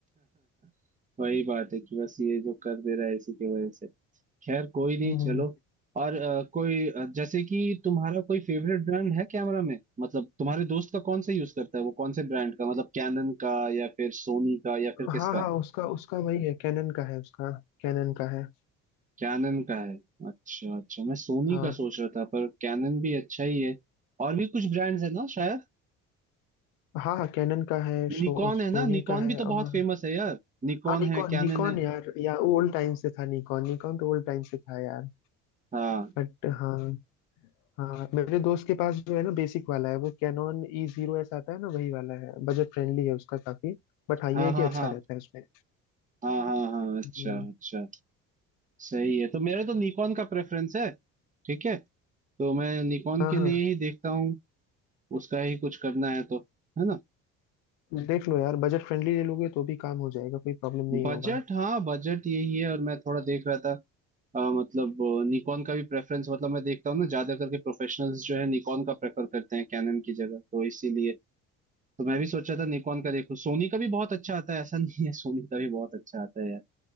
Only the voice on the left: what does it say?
हम्म
हम्म।
हाँ हाँ उसका उसका वही है कैनन का है उसका कैनन का है
हाँ
हाँ हाँ कैनन का है शो,
सोनी
का है
और
हाँ निकॉन
निकॉन
यार या ओल्ड टाइम से था निकॉन निकॉन तो ओल्ड टाइम से था यार
बट हाँ हाँ मेरे दोस्त के पास जो है ना बेसिक वाला है वो कैनॉन ई जीरो एस आता है ना वही वाला है बजट फ्रेंडली है उसका काफी बट हाँ ये
है कि
अच्छा
रहता है उसमें
हम्म,
हाँ
हाँ
देख लो यार बजट फ्रेंडली ले लोगे तो भी काम हो जाएगा कोई प्रॉब्लम नहीं
होगा